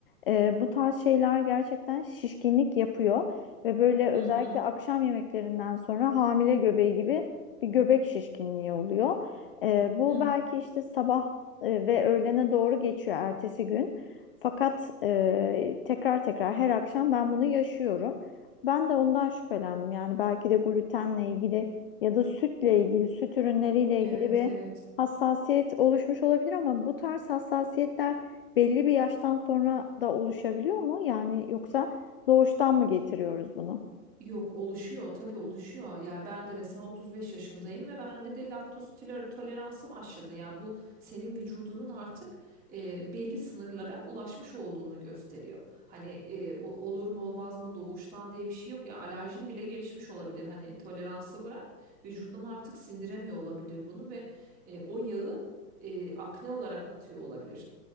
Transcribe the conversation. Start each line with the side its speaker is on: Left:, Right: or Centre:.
Left: e, bu tarz şeyler gerçekten şişkinlik yapıyor ve böyle özellikle
Right: Hı hı.
Left: akşam yemeklerinden sonra hamile göbeği gibi bir göbek şişkinliği oluyor. E, bu
Right: Hı hı.
Left: belki işte sabah e, ve öğlene doğru geçiyor ertesi gün. Fakat e, tekrar tekrar her akşam ben bunu yaşıyorum. Ben de ondan şüphelendim. Yani belki de glutenle ilgili ya da sütle ilgili, süt ürünleriyle
Right: Evet,
Left: ilgili bir
Right: evet.
Left: hassasiyet oluşmuş olabilir ama bu tarz hassasiyetler belli bir yaştan sonra da oluşabiliyor mu? Yani yoksa doğuştan mı getiriyoruz bunu?
Right: Yok oluşuyor tabii oluşuyor. Ya ben de mesela 35 yaşındayım ve bende de laktoz toler- toleransı başladı. Ya bu senin vücudunun artık e, belli sınırlara ulaşmış olduğunu gösteriyor. Hani e, o- olur mu olmaz mı doğuştan diye bir şey yok ya alerjin bile gelişmiş olabilir. Hani toleransı bırak vücudun artık sindiremiyor olabilir bunu ve e, o yağı e, akne olarak atıyor olabilir.